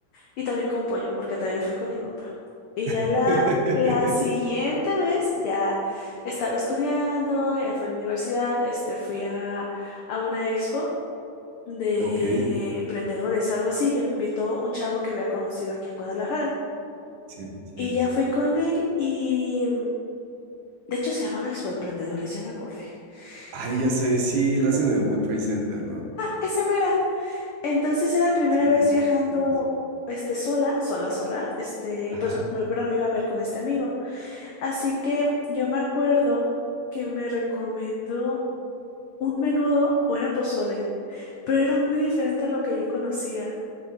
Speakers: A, on the left; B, on the right.
A: Y también con pollo, porque también fui con mi papá. Y ya
B: <laughs>
A: la, la siguiente vez ya estaba estudiando, ya fui a la universidad, este, fui a, a una expo de
B: Ok,
A: emprendedores, algo así, que me invitó un chavo que había conocido aquí en Guadalajara.
B: sí, sí,
A: Y
B: sí,
A: ya
B: sí.
A: fui con él y, de hecho, se llamaba Expo Emprendedores, ya me acordé.
B: Ay,
A: Y-
B: ya sé, sí, la hacen
A: ajá,
B: en el World Trade Center, ¿no?
A: Esa mera. Entonces era mi primera
B: Sí,
A: vez viajando,
B: sí, sí.
A: este, sola, sola, sola, este,
B: Ajá.
A: y pues mi pero me iba a ver con este amigo. Así que yo me acuerdo que me recomendó un menudo o era pozole, pero era muy diferente a lo que yo conocía.